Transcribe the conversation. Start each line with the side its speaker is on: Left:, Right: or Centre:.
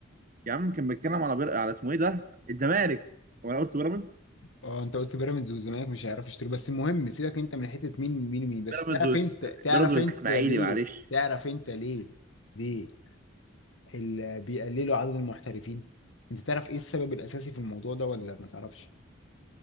Right: يا عم كان بيتكلم على بير... على اسمه إيه ده الزمالك وأنا قلت بيراميدز
Left: اه انت قلت بيراميدز والزمالك مش هيعرفوا يشتروا بس المهم سيبك انت من حته مين مين مين بس
Right: بيراميدز
Left: تعرف
Right: والس-
Left: انت تعرف
Right: بيراميدز والإسماعيلي
Left: انت ليه
Right: معلش
Left: تعرف انت ليه ليه اللي بيقللوا عدد المحترفين انت تعرف ايه السبب الاساسي في الموضوع ده ولا ما تعرفش